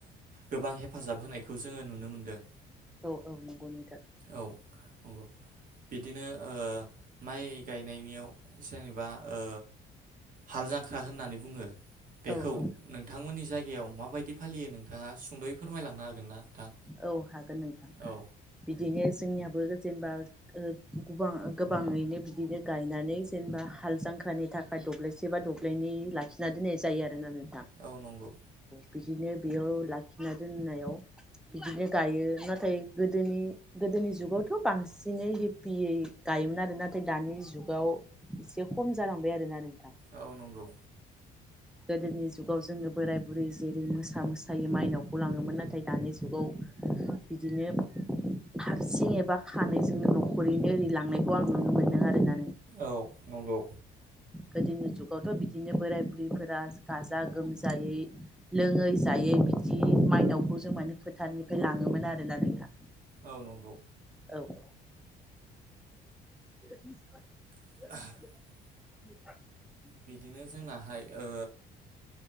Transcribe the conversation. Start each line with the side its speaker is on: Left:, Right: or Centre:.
Right: गोबां हेफाजाब होनायखौ जोङो नुनो मोनदों।
Centre: औ औ नंगौ नोंथां।
Right: औ नंगौ बिदिनो ओ माइ गायनायनियाव जेनेबा ओ हाल जांख्रा होननानै बुङो बेखौ
Centre: औ औ
Right: नों थांमोननि जायगायाव माबायदि फालियो नोंथाङा सुंद'यै फोरमायलांनो हागोन ना नोंथां?
Centre: औ हागोन नोंथां।
Right: औ
Centre: बिदिनो जोंनियाबो जेनबा ओ गुबां गोबाङैनो बिदिनो गायनानै जेनेबा हाल जांख्रानि थाखाय दब्लायसे बा दब्लायनै लाखिना दोननाय जायो आरो नानो।
Right: औ नंगौ।
Centre: बिदिनो बेयाव लाखिना दोननायाव बिदिनो गायो नाथाय गोदोनि गोदोनि जुगावथ' बांसिनै हेपियै गायोमोन आरो नाथाय दानि जुगाव एसे खम जालांबाय आरोनानो।
Right: औ नंगौ।
Centre: गोदोनि जुगाव जोङो बोराय बुरै जेरै मोसा मोसायै माइनावखौ लाङोमोन नाथाय दानि जुग जुगाव बिदिनो हारसिं एबा खानायजोंनो न'खरैनो ओरै लांनायखौ आं नुनो मोन्दों आरो ना।
Right: औ नंगौ।
Centre: गोदोनि जुगावथ' बिदिनो बोराय बुरैफोरा गाजा गोमजायै लोङै जायै बिदि माइनावखौ जों माने फोथारनिफ्राय लाङोमोन आरोना नोंथा।
Right: औ नंगौ।
Centre: औ औ। <inaudible>
Right: <inaudible>
Centre: <inaudible>
Right: बिदिनो जोंनाहाय ओ